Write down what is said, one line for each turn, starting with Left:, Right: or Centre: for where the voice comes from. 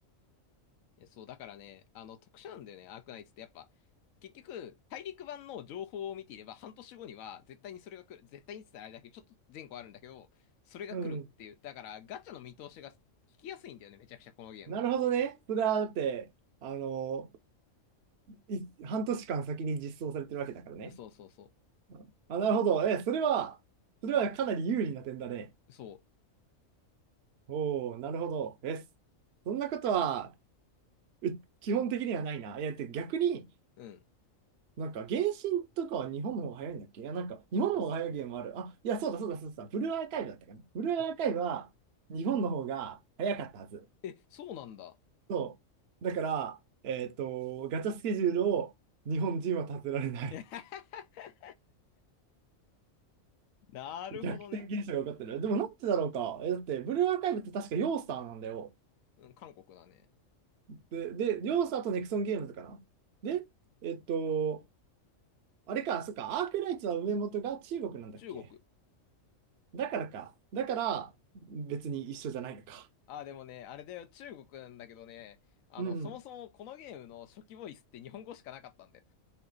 Left: えそう、だからね、あの特殊なんだよね、アークナイツってやっぱ、結局、大陸版の情報を見ていれば半年後には絶対にそれが来る。絶対にって言ったらあれだけど、ちょっと前後あるんだけど、それが来るっていう。
Right: うん。うん。
Left: だからガチャの見通しが聞きやすいんだよね、めちゃくちゃこのゲーム。
Right: なるほどね。それはだって、あのい、半年間先に実装されてるわけだからね。
Left: そうそうそう。
Right: うんあ、なるほど。え、それは、それはかなり有利な点だね。
Left: そ
Right: おお、なるほど。え、そんなことは、う基本的にはないな。いや、だって逆に、
Left: う。うん。
Right: なんか、原神とかは日本の方が早いんだっけいや、なんか、日本の方が早いゲームある。
Left: あ、そう。
Right: あ、いや、そうだそうだそうだ。ブルーアーカイブだったかな。ブルーアーカイブは日本の方が早かったはず。
Left: あ、え、そうなんだ。
Right: そう。だから、えっと、ガチャスケジュールを日本人は立てられない。
Left: <laughs> なるほどね。
Right: <laughs> 逆転現象が起こってる。でもなんでだろうか。え、だって、ブルーアーカイブって確かヨースターなんだよ。
Left: うん、韓国だね。
Right: で、で、ヨースターとネクソンゲームズかな。で、えっと、あれか、そっか、アークライツは上元が中国なんだっけ
Left: 中国。
Right: だからか。だから、別に一緒じゃないのか。
Left: あ、でもね、あれだよ、中国なんだけどね、あの、
Right: うん。
Left: そもそもこのゲームの初期ボイスって日本語しかなかったんだよ。